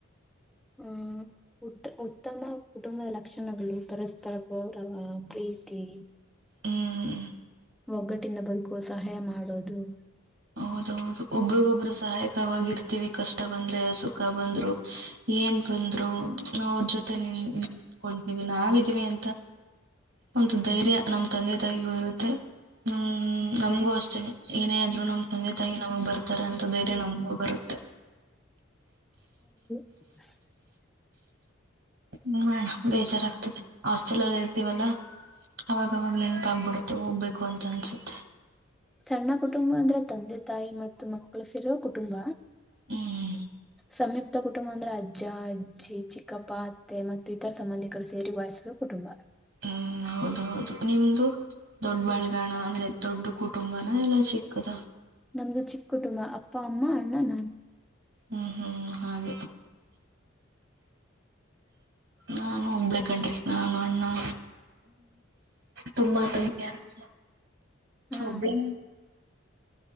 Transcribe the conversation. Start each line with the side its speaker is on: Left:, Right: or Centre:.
Centre: ಹ್ಮ್ ಉಟ್ಟ ಉತ್ತಮ ಕುಟುಂಬದ ಲಕ್ಷಣಗಳು ಪರಸ್ಪರ ಗೌರವ ಪ್ರೀತಿ
Right: ಹ್ಮ್
Centre: ಒಗ್ಗಟ್ಟಿಂದ ಬದುಕುವ ಸಹಾಯ ಮಾಡ ಹಡದು <unintelligible>
Right: ಹೌದೌದು ಒಬ್ಬರಗೊಬ್ಬರು ಸಹಾಯಕವಾಗಿರ್ತಿವಿ ಕಷ್ಟ ಬಂದ್ರೆ ಸುಖ ಬಂದ್ರು ಏನ್ ಬಂದ್ರು ನಾವ್ ಅವ್ರ ಜೊತೆ ನೀ ನಿಂತ್ಕೊಂತೀವಿ <unintelligible> ನಾವಿದೀವಿ ಅಂತ ಒಂತ ಧೈರ್ಯ ನಮ್ ತಂದೆ ತಾಯಿಗೂ ಇರುತ್ತೆ ಹ್ ನಮ್ಗೂ ಅಷ್ಟತೇನೆ ಏನೇ ಆದ್ರೂ ನಮ ತಂದೆ ತಾಯಿ ನಮಗ್ ಬರ್ತಾರೆ ಅಂತ ಧೈರ್ಯ ನಮಗೂ ಬರುತ್ತೆ
Centre: <unintelligible>
Right: ನೋಡೋಣ ಬೇಜಾರಾಗ್ತದೆ ಹಾಸ್ಟೆಲ್ ಅಲ್ಲಿ ಇರ್ತೀವಲ್ಲಾ ಅವಾಗವಾಗ ನೆನ್ಪಾಗಬಿಡತ್ತೆ ಹೋಗ್ಬೇಕು ಅಂತ ಅನ್ಸುತ್ತೆ
Centre: ಸಣ್ಣ ಕುಟುಂಬ ಅಂದ್ರೆ ತಂದೆ ತಾಯಿ ಮತ್ <unintelligible> ಮಕ್ಕಳು ಸೇರೋ ಕುಟುಂಬ
Right: ಹ್ಮ್
Centre: ಸಂಯುಕ್ತ ಕುಟುಂಬ ಅಂದ್ರೆ ಅ ಅಜ್ಜ ಅಜ್ಜಿ ಚಿಕ್ಕಪ್ಪ ಅತ್ತೆ ಮತ್ತು ಇತರ ಸಂಬಂಧಿಕರು ಸೇರಿ ಬಯಸುವ ಕುಟುಂಬ
Right: ಹ್ಮ್ ಹೌದ ಹೌದು ನಿಮ್ದು ದೊಡ್ಡ ಬಾಳಗಾಣ ಅಂದ್ರೆ ದೊಡ್ಡ ಕುಟುಂಬನ ಎಲ್ಲ ಚಿಕ್ಕದ
Centre: ನಮ್ದು ಚಿಕ್ಕ ಕುಟುಂಬ ಅಪ್ಪ ಅಮ್ಮ ಅಣ್ಣ ನಾನು
Right: ಹ್ಮ್ ಹ್ಮ್ ಹಾಗ ನಾನು ಒಬ್ಳ ಕಣ್ರಿ ನಾನು ಅಣ್ಣ ತುಂಬಾ ತಂಬಿಯರಿಲ್ಲ
Centre: ಹಾ
Right: ಒಬ್ಳೆ